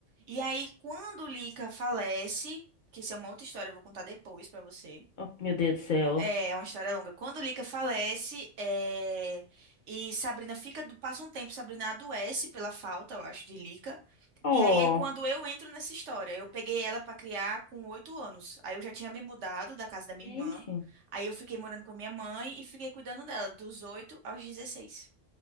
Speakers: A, on the right; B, on the left.
A: E aí, quando o Lica falece, que isso é uma outra história, eu vou contar depois pra você.
B: Oh, meu Deus do céu.
A: É uma história longa. Quando Lika falece, é, e Sabrina fica, do- passa um tempo, Sabrina adoece pela falta, eu acho, de Lika.
B: Oh,
A: E aí é quando eu entro nessa história. Eu peguei ela pra criar com oito anos. Aí eu já tinha me mudado da casa da minha
B: gente.
A: irmã. Aí eu fiquei morando com a minha mãe e fiquei cuidando dela dos oito aos 16.